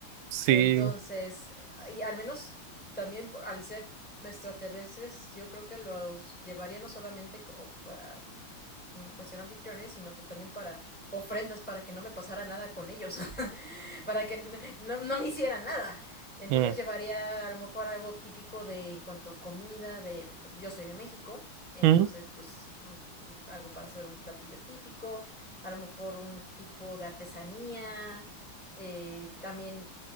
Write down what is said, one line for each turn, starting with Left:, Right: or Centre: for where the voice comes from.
Right: sí.
Centre: Entonces, y al menos también por- al ser extraterrestres, yo creo que los llevaría no solamente como para pues, mm, cuestión anfitriones, sino pa- también para ofrendas, para que no me pasara nada con ellos, <laughs> para que n- no, no me hicieran nada. Entonces
Right: mm,
Centre: llevaría a lo mejor algo típico de en cuanto a comida, de, de- pues, yo soy de México, entonces
Right: mm.
Centre: pues mm, algo para hacer un platillo típico, a lo mejor un tipo de artesanía eh, también